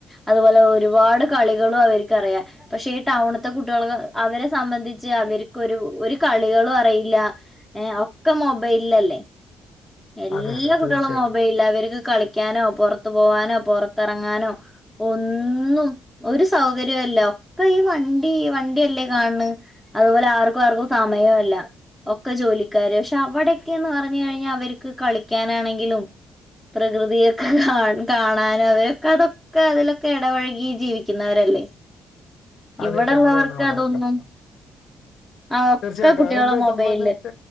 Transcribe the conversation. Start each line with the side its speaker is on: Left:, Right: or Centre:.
Centre: അതുപോലെ ഒരുപാട് കളികളും അവർക്ക്റിയാം പക്ഷെ ഈ ടൗണ് ത്തെ കുട്ടികൾക്ക് അവരെ സംബന്ധിച്ച് അവർക്ക് ഒരു ഒര് കളികളും അറിയില്ല ഒക്കെ മൊബൈലിലല്ലേ എല്ലാ
Left: അതെ അതെ
Centre: കുട്ടികളും
Left: തീർച്ചയായിട്ടും
Centre: മൊബൈലില് അവർക്ക് കളിക്കാനോ പുറത്ത് പോവാനോ പുറത്തിറങ്ങാനോ ഒന്നും ഒരു സൗകര്യല്ല ഒക്കെ ഈ വണ്ടി വണ്ടിയല്ലേ കാണണ് അതുപോലെ ആർക്കും ആർക്കും സമയോല്ല ഒക്കെ ജോലിക്കാര് പക്ഷെ അവിടെക്കെയന്ന് പറഞ്ഞു കഴിഞ്ഞാൽ അവർക്ക് കളിക്കാനാണെങ്കിലും പ്രകൃതിയൊക്കെ കാ കാണാനും അവരൊക്കെ അതൊ ഒക്കെ അതിലൊക്കെ ഇടപഴകി ജീവിക്കുന്നവരല്ലേ
Left: അതെ
Centre: ഇവിടെള്ളവർക്ക്
Left: താങ്കൾ പറഞ്ഞ വളരെ
Centre: അതൊന്നും.
Left: കറക്റ്റാണ്
Centre: ആ ഒക്കെ
Left: തീർച്ചയായിട്ടും
Centre: കുട്ടികളെ
Left: അതെന്താ
Centre: മൊബൈലില്
Left: സംഭവന്ന് വെച്ച